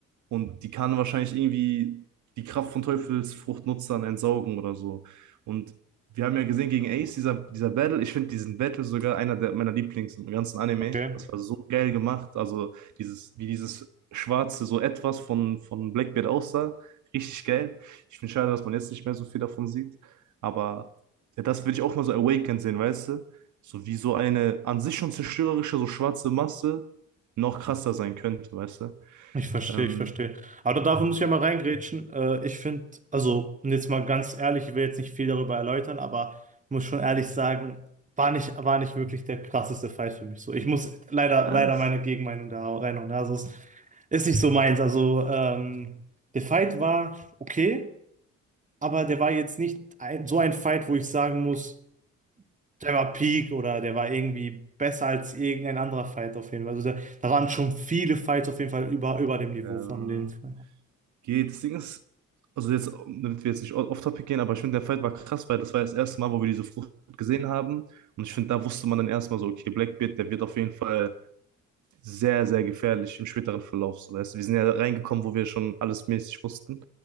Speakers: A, on the right (about 75°); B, on the right (about 25°).
A: und die kann wahrscheinlich irgendwie die Kraft von Teufelsfruchtnutzern entsaugen oder so. Und wir haben ja gesehen gegen Ace, dieser, dieser Battle, ich finde diesen Battle sogar einer der, meiner Lieblings im ganzen Anime.
B: okay.
A: Das war so geil gemacht. Also dieses, wie dieses schwarze so etwas von, von Blackbeard aussah. Richtig geil. Ich finde schade, dass man jetzt nicht mehr so viel davon sieht. Aber ja, das würde ich auch mal so awakened sehen, weißt du? So wie so eine an sich schon zerstörerische, so schwarze Masse noch krasser sein könnte, weißt du?
B: Ich verstehe,
A: Ähm,
B: ich verstehe. Aber dafür muss ich ja mal reingrätschen. Äh, ich finde, also und jetzt mal ganz ehrlich, ich will jetzt nicht viel darüber erläutern, aber ich muss schon ehrlich sagen, war nicht, war nicht wirklich der krasseste Fight für mich. So, ich muss leider,
A: Was?
B: leider meine Gegenmeinung da reinhauen. Ja, Also es ist nicht so meins. Also ähm, der Fight war okay, aber der war jetzt nicht ein, so ein Fight, wo ich sagen muss. Der war Peak oder der war irgendwie besser als irgendein anderer Fight auf jeden Fall. Also da, da waren schon viele Fights auf jeden Fall über, über dem Niveau
A: Ähm,
B: von den. zwei.
A: geht. Das Ding ist, also jetzt, damit wir jetzt nicht off-topic gehen, aber ich finde, der Fight war krass, weil das war das erste Mal, wo wir diese Frucht gesehen haben. Und ich finde, da wusste man dann erstmal so, okay, Blackbeard, der wird auf jeden Fall sehr, sehr gefährlich im späteren Verlauf. So, weißt du, wir sind ja reingekommen, wo wir schon alles mäßig wussten.